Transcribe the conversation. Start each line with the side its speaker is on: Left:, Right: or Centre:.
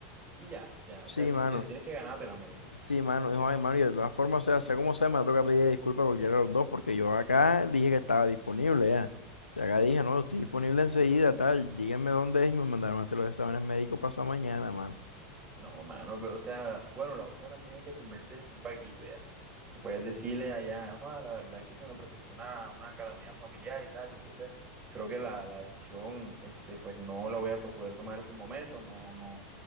Right: y ya, ya. O
Left: Sí,
Right: sea, si
Left: mano,
Right: me entiendes, tienes que ganártela, marica.
Left: sí, mano, hijo, ay, mano, y de todas formas, o sea, sea como sea, me toca pedir disculpas a cualquiera de los dos, porque yo acá dije que estaba disponible ya. Y acá dije, no, estoy disponible enseguida, tal, díganme dónde es y me mandaron a hacer los exámenes médicos pasado mañana, mano.
Right: No, mano, pero o sea, bueno, la otra también es que te inventes un paquito ya. Puedes decirle allá, Juan, la verdad es que se me presentó una, una calamidad familiar y tal, y entonces creo que la, la decisión, este, pues no la voy a to- poder tomar en estos momentos, no, no,